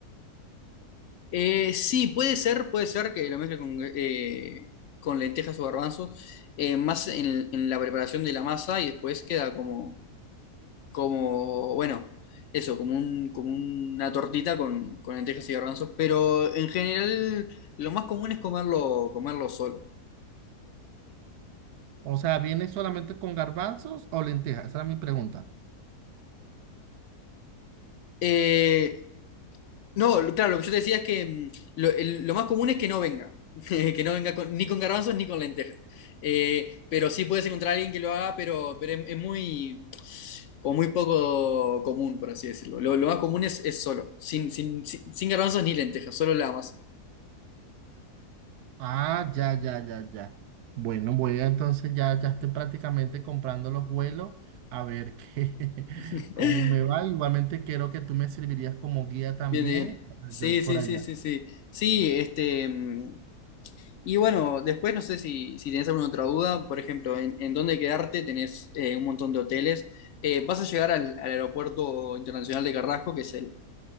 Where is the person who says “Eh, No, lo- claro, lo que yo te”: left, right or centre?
Left